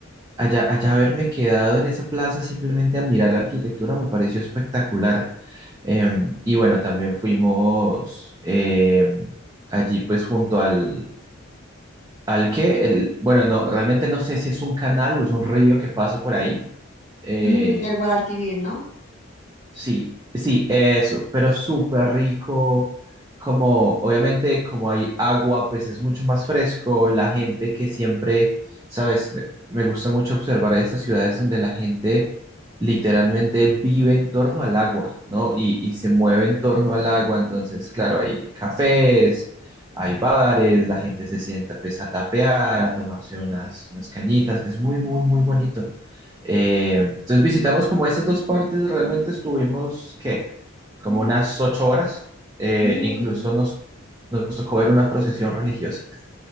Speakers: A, on the right (about 20°); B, on the left (about 35°).
A: allá, allá haberme quedado en esa plaza simplemente a mirar la arquitectura me pareció espectacular. Em, y bueno, también fuimos em, allí pues junto al al que, el, bueno, no, realmente no sé si es un canal o es un río que pasa por ahí, eh,
B: Mm, el Guadalquivir, ¿no?
A: Sí, sí, eso, pero súper rico, como obviamente como hay agua, pues es mucho más fresco, la gente que siempre, sabes, me, me gusta mucho observar estas ciudades donde la gente literalmente vive en torno al agua, ¿no? Y, y se mueve en torno al agua, entonces, claro, hay cafés, hay bares, la gente se sienta pues a tapear, a tomarse unas, unas cañitas, es muy, muy, muy bonito. Eh, entonces visitamos como estas dos partes, realmente estuvimos, ¿qué? Como unas ocho horas. Eh,
B: Mm,
A: incluso nos, nos tocó ver una procesión religiosa.